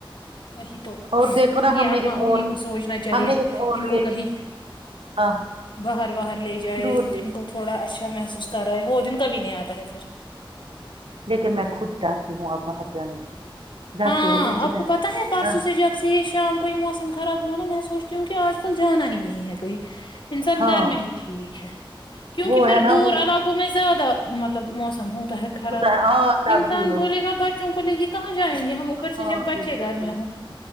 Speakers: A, on the left; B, on the right.
A: وہی تو
B: اور دیکھو نا
A: یہ
B: ہم
A: ابماں
B: نے ایک
A: انیں
B: اور
A: کو سوچنا چاہیے
B: ہم نے ایک اور
A: ان کو
B: یہ
A: کہیں
B: ہاں
A: باہر باہر لے جائے
B: دور لے
A: ان کو تھوڑا اچھا محسوس کر رہا ہے وہ دن کبھی نہیں آتا ہے پھر
B: لیکن میں خود ڈرتی ہوں اب باہر جانے سے جب
A: ہاں
B: سے وہ انسیڈنٹ
A: آپ کو پتا ہے پرسوں
B: نا،
A: سے جب سے یہ شام کو یہ موسم خراب ہوا نا میں سوچتی ہوں کہ آج کل جانا ہی نہیں ہے کہئی انسان
B: ہاں
A: گھر میں ہی ٹھیک ہے کیونکہ
B: وہ
A: پھر
B: ہے نا
A: دور
B: وہ
A: علاقوں میں زیادہ مطلب موسم ہوتا ہے خراب
B: ہے ہاں تبدیل
A: انسان
B: ہو
A: بولے گا بچ کو لیے یہ کہاں جائیں گے ہم اوپر سے
B: ہاں
A: جب بچے
B: بالکل
A: گھر میں
B: بالکل
A: ہوں